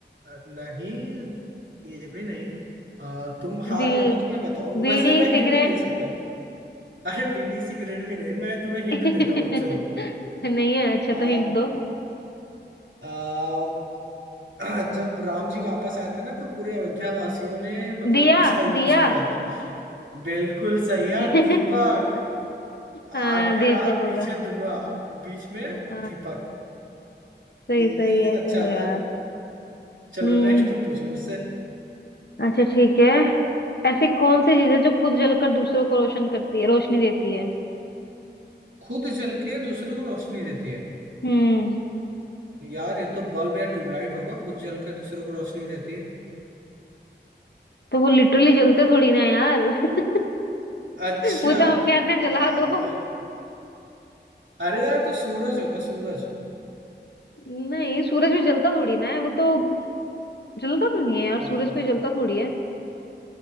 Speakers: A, on the right; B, on the left.
A: नहीं ये भी नहीं आ, तुम हार
B: बी
A: मानो तो मैं बताओ
B: बीड़ी
A: वैसे मैं हिंट
B: सिगरेट
A: दे सकता हूँ अरे बीड़ी सिगरेट भी नहीं मैं तुम्हें हिंट
B: <laughs>
A: देता हूँ चलो
B: नहीं है अच्छा
A: आ,
B: तो हिंट दो
A: आ, <clears throat> जब राम जी वापस आए थे ना तो पूरे अयोध्या वासियों ने मतलब
B: दिया
A: इसका यूज
B: दिया
A: किया था बिल्कुल सही यार
B: <laughs>
A: दीपक
B: हाँ
A: आगे
B: दीपक
A: आग
B: होगा
A: पीछे धुआं बीच में
B: हाँ
A: दीपक
B: सही
A: तो
B: सही
A: ये
B: है चलो
A: अच्छा
B: यार
A: था चलो
B: हम्म
A: नेक्स्ट तुम पूछो मुझसे
B: अच्छा ठीक है ऐसी कौन सी चीज है जो खुद जलकर दूसरों को रोशन करती है रोशनी देती है
A: खुद जल के दूसरे को रोशनी देती है
B: हम्म
A: यार ये तो बल्ब या ट्यूबलाइट होगा खुद जल के दूसरे को रोशनी देती है
B: तो वो लिटरली जलते थोड़ी ना है यार <laughs>
A: अच्छा
B: वो तो हम कहते हैं जला
A: अ,
B: दो
A: अरे यार तो सूरज होगा सूरज
B: <laughs> नहीं सूरज भी जलता थोड़ी ना है वो तो जलता तो नहीं है यार
A: अ,
B: सूरज भी जलता थोड़ी है